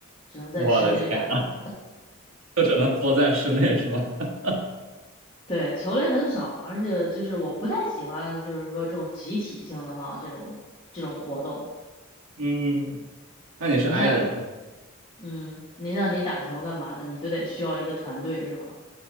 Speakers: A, on the left; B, on the right.
A: 只能在室内打。
B: 我的天，就只能缩在室内是吗？<laughs>
A: 对，球类很少，而且就是我不太喜欢，就是说这种集体性的哈，这种这种活动。
B: 嗯，那你是
A: 你像。
B: i 人是吧？
A: 嗯，你像你打球干嘛的，你都得需要一个团队是吧？